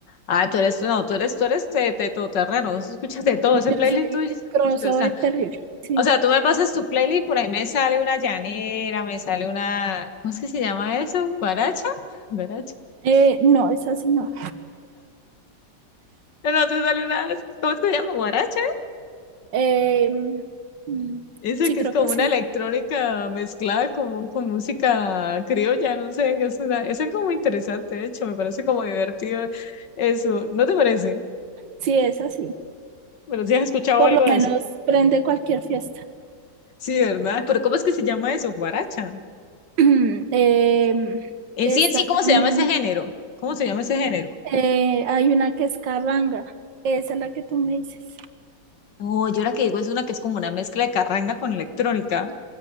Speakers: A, on the left; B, on the right.
A: Ah, tú eres, no, tú eres, tú eres de, de todoterreno, escuchas de todo ese
B: Yo
A: playlist
B: soy
A: tuyo.
B: crossover
A: <laughs>
B: terrible. Sí.
A: O sea, tú me pasas tu playlist por ahí me sale una llanera, me sale una, ¿cómo es que se llama eso? ¿Guaracha? ¿Guaracha?
B: Eh, no, es así, no.
A: No, no, te sale una, ¿cómo es que se llama? ¿Guaracha?
B: Eh, mm,
A: Esa
B: sí,
A: que
B: creo
A: es como
B: que sí.
A: una electrónica mezclada con, con música criolla, no sé, es una, eso es como interesante, de hecho, me parece como divertido eso, ¿no te parece?
B: Sí, es así.
A: Pero si has escuchado
B: Por
A: algo
B: lo
A: de
B: menos
A: eso.
B: prende cualquier fiesta.
A: Sí, ¿verdad? Pero ¿cómo es que se llama eso? ¿Guaracha?
B: <coughs> <clears throat> Eh,
A: En
B: está
A: sí, en sí,
B: también.
A: ¿cómo se llama ese género? ¿Cómo se llama ese género?
B: eh, hay una que es carranga. Esa es la que tú me dices.
A: No, yo la que digo es una que es como una mezcla de carranga con electrónica.